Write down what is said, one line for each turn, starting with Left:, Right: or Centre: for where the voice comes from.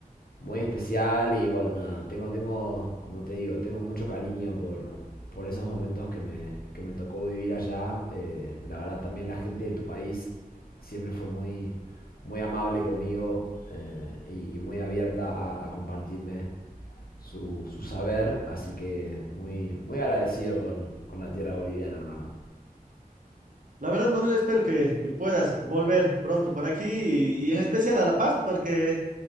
Left: muy especial y bueno, nada, tengo, tengo, como te digo, tengo mucho cariño por, por esos momentos que me, que me tocó vivir allá. Eh, la verdad también la gente de tu país siempre fue muy, muy amable conmigo eh, y, y muy abierta a, a compartirme su, su saber, así que muy, muy agradecido con, con la tierra boliviana, hermano.
Right: La verdad, Manuel, espero que, que puedas volver pronto por aquí y, y en especial a La Paz, porque